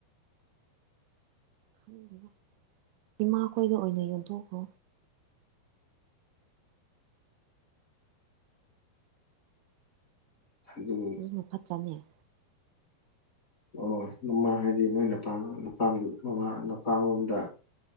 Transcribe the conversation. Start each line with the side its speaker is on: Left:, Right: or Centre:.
Right: ꯈꯦꯗ ꯏꯃꯥꯈꯣꯏꯗ ꯑꯣꯏꯅ ꯌꯣꯟꯊꯣꯛꯈꯣ
Left: ꯑꯗꯨ
Right: ꯔꯔꯤꯅꯨ ꯄꯇ꯭ꯔꯥꯅꯦ
Left: ꯑꯣ ꯃꯃꯥ ꯍꯥꯏꯗꯤ ꯅꯣꯏꯄꯥꯄꯥ ꯃꯃꯥ ꯅꯨꯄꯥ ꯑꯃꯃꯝꯗ